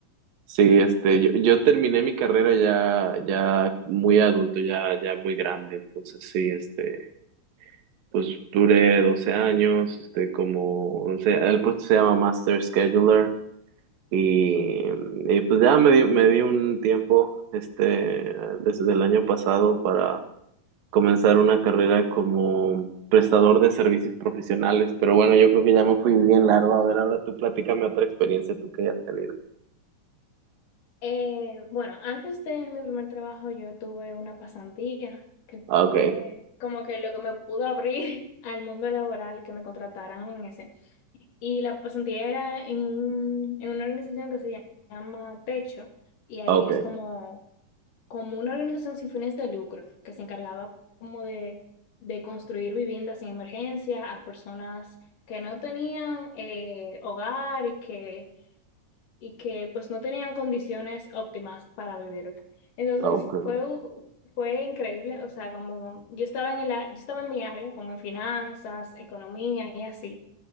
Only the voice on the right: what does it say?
sí, este, yo, yo terminé mi carrera ya, ya muy adulto, ya, ya muy grande, entonces sí, este, pues duré 12 años, este, como, o sea, el puesto se llama Master Scheduler y, y pues ya me di, me di un tiempo, este, desde el año pasado para comenzar una carrera como prestador de servicios profesionales. Pero bueno, yo creo que ya me fui bien largo. A ver, ahora tú platícame otra experiencia tú que hayas tenido.
Ah,
Ok,
ah, ok,
ah, ok.